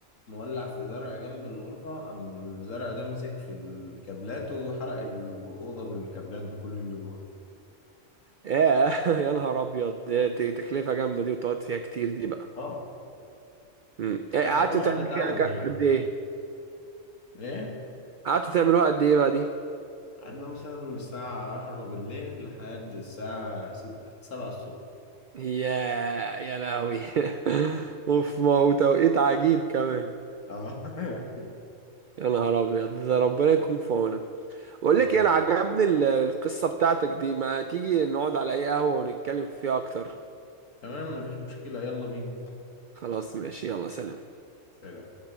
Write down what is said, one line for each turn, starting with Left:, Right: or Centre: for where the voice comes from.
Left: مولع في زرع جنب الغرفة قام الزرع ده مسك في الكابلات وحرق الأوضة بالكابلات بكل اللي جواها
Right: ياه <laughs> يا نهار ابيض ده- دي تكلفة جامدة دي وتقعد فيها كتير دي بقى
Left: اه
Right: امم إيه،
Left: بس
Right: قعدتوا
Left: خلي الواحد
Right: تعملوا
Left: يتعود
Right: فيها ك- قد
Left: يعني
Right: ايه
Left: ايه
Right: قعدتوا تعملوها قد ايه بقى دي
Left: قعدنا مثلا من الساعة عشرة بالليل لحد الساعة ستة سبعة الصبح
Right: يا يا لهوي <laughs> اوف ما وتوقيت عجيب كمان
Left: اه <laughs>
Right: يا نهار ابيض ده ربنا يكون في عونك بقول
Left: اه
Right: لك ايه انا عجبني ال- القصة بتاعتك دي ما تيجي نقعد على اي قهوة ونتكلم فيها اكتر
Left: تمام مفيش مشكلة يلا بينا
Right: خلاص ماشي يلا سلام
Left: سلام